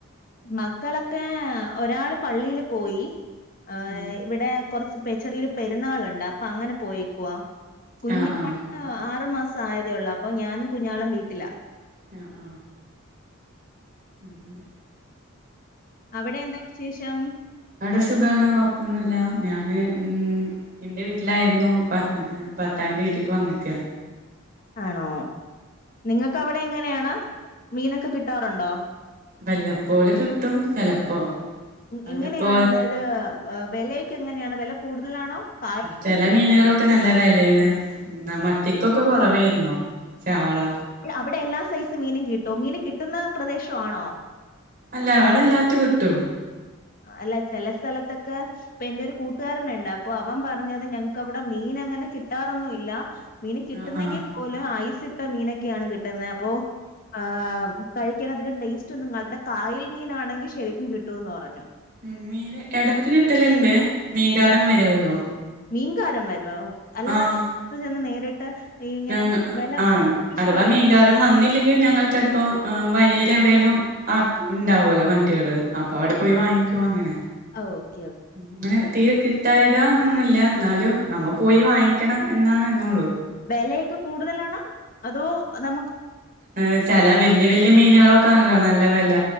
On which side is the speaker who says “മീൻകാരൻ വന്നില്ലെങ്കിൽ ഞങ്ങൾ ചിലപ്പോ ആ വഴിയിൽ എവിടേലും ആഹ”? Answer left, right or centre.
Right